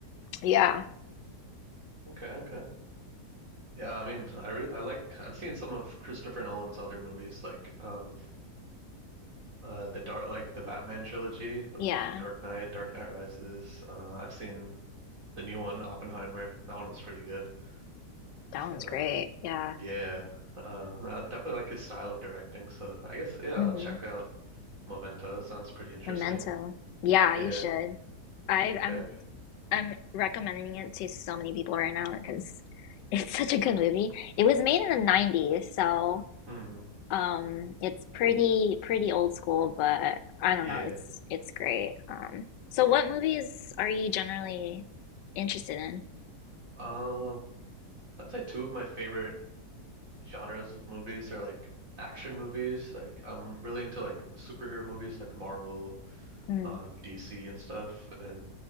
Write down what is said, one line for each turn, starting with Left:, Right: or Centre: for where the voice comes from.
Left: yeah,
Right: Okay, okay. Yeah, I mean, I re I like I've seen some of Christopher Nolan's other movies, like um, uh, the dark like the Batman trilogy with
Left: yeah,
Right: like Dark Knight, Dark Knight Rises. Uh, I've seen the new one, Oppenheimer. That one was pretty good.
Left: that
Right: So
Left: one's great. Yeah.
Right: yeah, uh, I definitely like his style of directing. So I guess yeah,
Left: hmm
Right: I'll check out Memento. Sounds pretty interesting.
Left: Memento. Yeah,
Right: Yeah.
Left: you should. I
Right: Okay.
Left: I'm I'm recommending it to so many people right now because it's such a good movie. It was made in the 90s, so
Right: Mm,
Left: Um, it's pretty pretty old school, but I don't
Right: yeah.
Left: know, it's it's great. Um, so what movies are you generally interested in?
Right: Uh, I'd say two of my favorite genres of movies are like action movies. Like I'm really into like superhero movies, like Marvel,
Left: Mm.
Right: um, DC and stuff. And